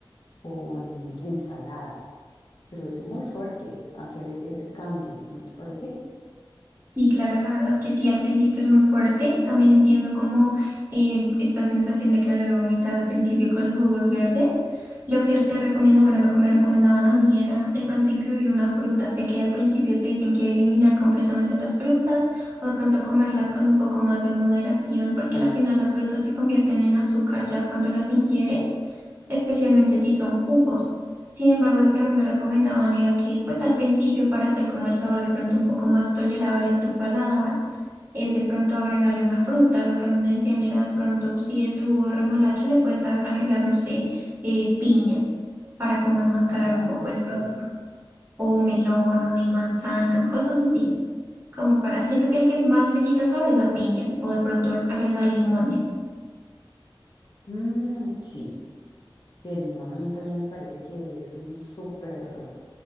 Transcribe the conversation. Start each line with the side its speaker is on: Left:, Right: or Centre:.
Left: con ensalada. Pero es muy fuerte hacer e- ese cambio, ¿no te parece?
Right: Y claro, la verdad es que sí, al principio es muy fuerte. También entiendo como eh, esta sensación de querer vomitar al principio con los jugos verdes. Lo que te recomiendo, bueno, lo que me recomendaban a mí era de pronto incluir una fruta. Sé que al principio te dicen que eliminar completamente las frutas o de pronto comerlas con un poco más de moderación, porque al final las frutas se convierten en azúcar ya cuando las ingieres, especialmente si son jugos. Sin embargo, lo que a mí me recomendaban era que, pues al principio, para hacer como el sabor de pronto un poco más tolerable a tu paladar, es de pronto agregarle una fruta. Lo que a mí me decían era de pronto, si es el jugo de remolacha, le puedes a- agregar, no sé, eh, piña para como enmascarar
Left: Ah,
Right: un poco
Left: ok.
Right: el sabor, o melón o y manzana, cosas así. Como para, siento que el que más le quita el sabor es la piña, o de pronto al agregar limones.
Left: Mm, sí. Sí, el limón a mí también me parece que es un súper,